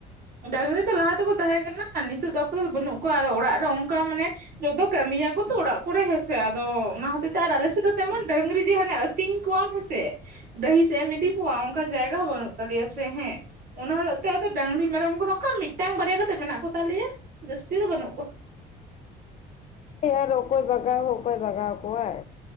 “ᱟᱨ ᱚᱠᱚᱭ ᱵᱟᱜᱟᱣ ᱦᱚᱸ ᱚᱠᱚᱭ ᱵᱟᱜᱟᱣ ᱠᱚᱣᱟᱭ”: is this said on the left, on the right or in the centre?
Left